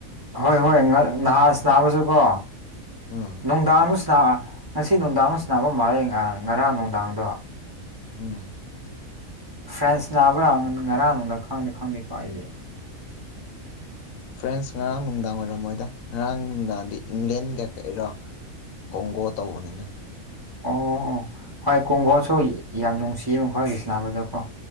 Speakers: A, on the right (about 25°); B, on the left (about 75°).
A: ꯍꯣꯏ ꯍꯣꯏ ꯅꯍꯥꯟ ꯅꯥꯕꯁꯨ ꯀꯣ
B: ꯎꯝ
A: ꯅꯨꯡꯗꯥꯡꯗꯨ ꯉꯁꯤ ꯅꯨꯡꯗꯥꯡ ꯍ ꯅꯥꯐꯝ ꯃꯥꯂꯦ ꯉꯔꯥꯡ ꯅꯨꯡꯗꯥꯡꯗꯣ
B: ꯎꯝ
A: ꯐ꯭ꯔꯦꯟꯁ ꯅꯥꯕ꯭ꯔꯥ
B: ꯎꯝ
A: ꯉꯔꯥꯡꯅꯨꯡꯗ ꯈꯪꯗꯦ ꯈꯪꯗꯦꯀꯣ ꯑꯩꯗꯤ
B: ꯐ꯭ꯔꯦꯟꯁ ꯉꯔꯥꯡ ꯅꯨꯡꯗꯥꯡ ꯑꯣꯏꯔꯝꯃꯣꯏꯗ ꯉꯔꯥꯡ ꯅꯨꯡꯗꯥꯡꯗꯤ ꯏꯪꯂꯦꯟꯒ ꯀꯛꯔꯣ ꯀꯣꯡꯒꯣ ꯇꯧꯕꯅꯤꯅ
A: ꯑꯣ ꯍꯣꯏ ꯀꯣꯡꯕꯣꯜꯁꯨ ꯌꯥꯝ ꯅꯨꯡꯁꯤꯌꯦ ꯃꯈꯣꯏꯒꯤꯁꯤ ꯅꯥꯅꯕꯗꯀꯣ